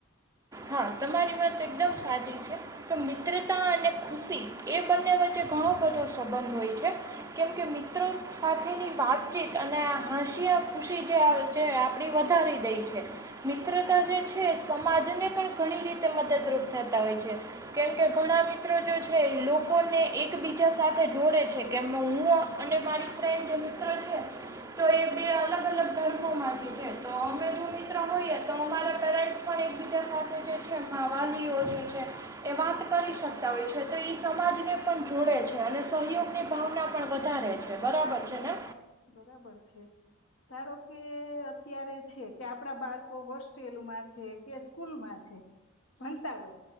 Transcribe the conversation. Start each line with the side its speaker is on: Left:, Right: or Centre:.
Right: હા તમારી વાત એકદમ સાચી છે કે મિત્રતા અને ખુશી એ બંને વચ્ચે ઘણો બધો સંબંધ હોય છે કેમ કે મિત્રો સાથેની વાતચીત અને હસીિયા ખુશી જે આપણી વધારી દઈ છે મિત્રતા જે છે સમાજને ઘણી રીતે મદદરૂપ થતા હોય છે. કેમ કે ઘણા મિત્રો જો છે લોકોને એકબીજા સાથે જોડે છે. કેમ હું અને મારી ફ્રેન્ડ જે મિત્ર છે તો એ બે અલગ અલગ ધર્મોમાંથી છે. તો અમે જો મિત્ર હોઈએ તો અમારા પેરેન્ટ્સ પણ એકબીજા સાથે જે છે મા વાલીઓ જે છે એ વાત કરી શકતા હોય છે તો એ સમાજને પણ જોડે છે અને સહયોગની ભાવના પણ વધારે છે. બરાબર છે ને?
Left: બરાબર છે. ધારો કે અત્યારે છે કે આપડા બાળકો હોસ્ટેલમાં છે કે સ્કૂલમાં છે ભણતા હોય.